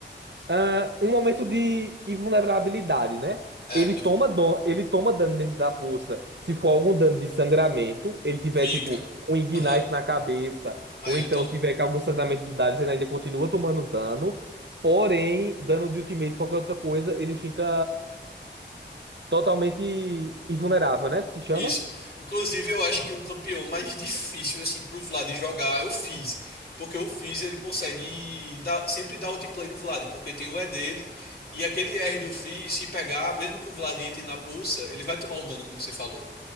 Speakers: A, on the right; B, on the left.
A: Ah, um momento de invulnerabilidade, né?
B: é,
A: Ele toma, dano, ele toma dano dentro da poça. Se for algum dano de sangramento, ele tiver,
B: fica.
A: tipo, um ignite
B: Aham.
A: na cabeça,
B: Aí
A: ou então
B: ele toma.
A: tiver com algum sangramento do Darius, ele ainda continua tomando dano. Porém, dano de ultimate, qualquer outra coisa, ele fica totalmente invulnerável, né? Que se chama?
B: Isso. Inclusive, eu acho que o campeão mais difícil, assim, pro Vlad jogar é o Fizz. Porque o Fizz, ele consegue dar, sempre dar outplay no Vlad, porque tem o E dele, e aquele R do Fizz, se pegar, mesmo que o Vlad entre na pulsa, ele vai tomar o dano, como você falou.